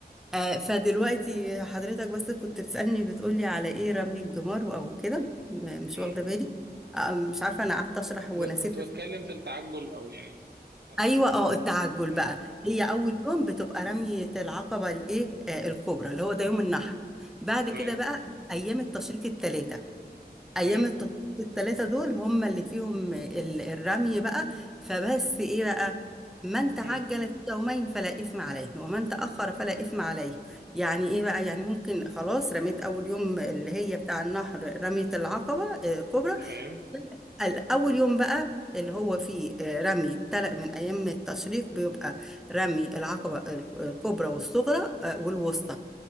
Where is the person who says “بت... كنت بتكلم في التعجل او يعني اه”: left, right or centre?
Right